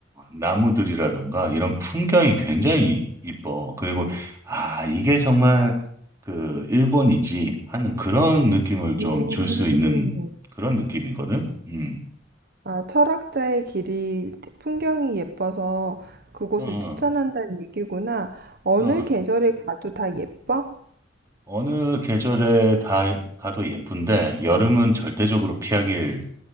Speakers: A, on the right; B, on the right.
A: 나무들이라던가 이런 풍경이 굉장히 이뻐. 그리고 아, 이게 정말 그 일본이지 하는 그런 느낌을 좀
B: 음.
A: 줄 수 있는 그런 느낌이거든. 음.
B: 아, 철학자의 길이 풍경이 예뻐서 그곳을
A: 어,
B: 추천한다는 얘기구나. 어느
A: 어, 어.
B: 계절에 가도 다 예뻐?
A: 어느 계절에 다 가도 예쁜데 여름은 절대적으로 피하길